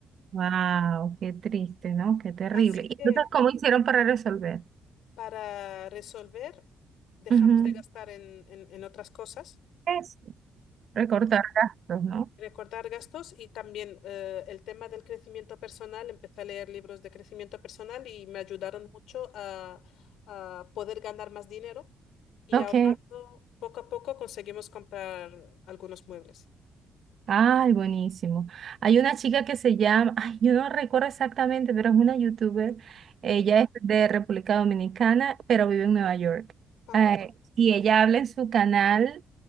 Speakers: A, on the right (about 60°); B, on the left (about 80°).
A: Wow, qué triste, ¿no? Qué terrible.
B: Así
A: ¿Y entonces
B: que
A: cómo hicieron para resolver?
B: para resolver, dejamos
A: Ujú.
B: de gastar en, en- en otras cosas
A: Eso, recortar gastos, ¿no?
B: Recortar gastos y también eh, el tema del crecimiento personal. Empecé a leer libros de crecimiento personal y me ayudaron mucho a, a poder ganar más dinero y
A: Ok.
B: ahorrando poco a poco conseguimos comprar algunos muebles.
A: Ay, buenísimo. Hay una chica que se llama, ay, yo no recuerdo exactamente, pero es una youtuber.
B: Ujú.
A: Ella es de República Dominicana, pero vive en Nueva York.
B: Ajá.
A: Eh, y ella habla en su canal